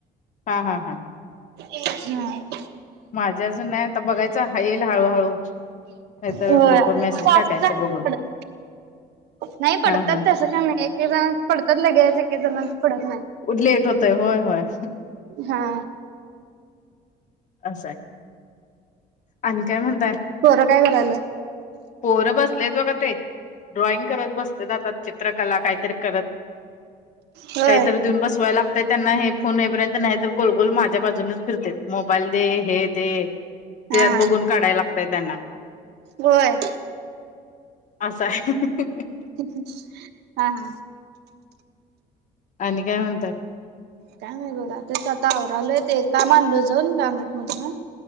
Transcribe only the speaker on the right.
ती अशीचय. हा.
होय.
पा
<unintelligible>
पडत. नाही पडतात
तसं. हं, एक - एक जणाच पडतात लगेच. एक- एक जणांच पडत नाही.
हा
पोरं काय करायल्यात?
होय
हा
होय.
<unintelligible> हा, हा.
काय नाही बघा. त्याच आता आवरालोय. ते काम आणलं जाऊन, गार्मेट मधून.